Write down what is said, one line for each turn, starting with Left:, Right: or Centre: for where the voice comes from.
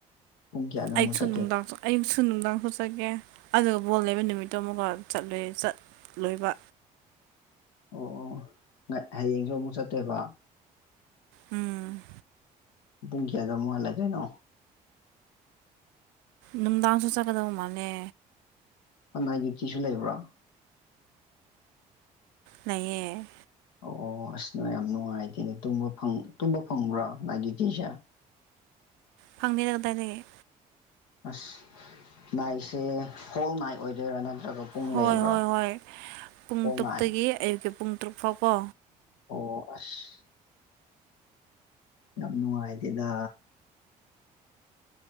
Left: ꯄꯨꯡ ꯀꯌꯥꯗ
Right: ꯑꯩꯁꯨ
Left: ꯑꯃꯨꯛ ꯆꯠꯇꯣꯏꯕ
Right: ꯅꯨꯡꯗꯥꯡ ꯑꯌꯨꯛꯁꯨ ꯅꯨꯡꯗꯥꯡ ꯁꯣꯠꯆꯒꯦ ꯑꯗꯨꯒ ꯕꯣꯜ ꯂꯩꯕ ꯅꯨꯃꯤꯠꯇꯨ ꯑꯃꯨꯛꯀ ꯆꯠꯂꯨ ꯆꯠꯂꯣꯏꯕ
Left: ꯑꯣ ꯑꯣ ꯍꯌꯦꯡꯁꯨ ꯑꯃꯨꯛ ꯆꯠꯇꫭꯏꯕ
Right: ꯎꯝ
Left: ꯄꯨꯡ ꯀꯌꯥꯗ ꯃꯅꯨꯡꯉꯥꯏꯜꯂꯗ꯭ꯔꯣꯏꯅꯣ
Right: ꯅꯨꯡꯗꯥꯡꯁꯨ ꯆꯠꯀꯗꯧ ꯃꯥꯜꯂꯦ
Left: ꯍꯅꯥꯏꯒꯤ ꯀꯤꯁꯨ ꯂꯩꯕ꯭ꯔꯥ
Right: ꯂꯩꯌꯦ
Left: ꯑꯣ ꯑꯁꯅ ꯌꯥꯝ ꯅꯨꯡꯉꯥꯏꯇꯦꯅꯦ ꯇꯨꯝꯕ ꯐꯪꯕ꯭ꯔꯥ ꯂꯥꯏꯒꯤꯇꯁꯦ
Right: ꯐꯪꯕꯤꯔ ꯀꯗꯥꯏꯗꯒꯤꯦ
Left: ꯑꯁ ꯃꯅꯥꯥꯏꯁꯦ ꯍꯣꯜ ꯅꯥꯏ ꯑꯣꯏꯗꯣꯏꯔꯥ ꯅꯠꯇ꯭ꯔꯒ ꯄꯨꯡ
Right: ꯍꯣꯏ
Left: ꯂꯩꯕ꯭ꯔꯥ
Right: ꯍꯣꯏ ꯍꯣꯏ ꯄꯨꯡ
Left: ꯍꯣꯜ
Right: ꯇꯔꯨꯛꯇꯒꯤ
Left: ꯅꯥꯏꯠ
Right: ꯑꯌꯨꯛꯀꯤ ꯄꯨꯡ ꯇꯔꯨꯛ ꯐꯥꯎꯕꯣ
Left: ꯑꯣ ꯑꯁ ꯌꯥꯝ ꯅꯨꯡꯉꯥꯏꯇꯦꯗ